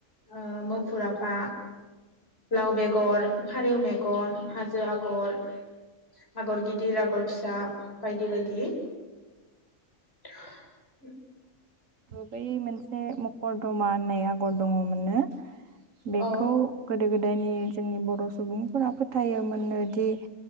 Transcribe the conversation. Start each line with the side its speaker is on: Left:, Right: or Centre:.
Left: ओ मोफुर आफा लाव बेगर फारौ मेगन हाजो आगर आगर गिदिर आगर फिसा बायदि बायदि दि <unintelligible>
Right: बै मोनसे मकरदमा होननाय आगर दङमोनना बेखौ
Left: औ
Right: गोदो गोद दायनि जोंनि बर' सुबुंफोरा फोथायोमोननो दि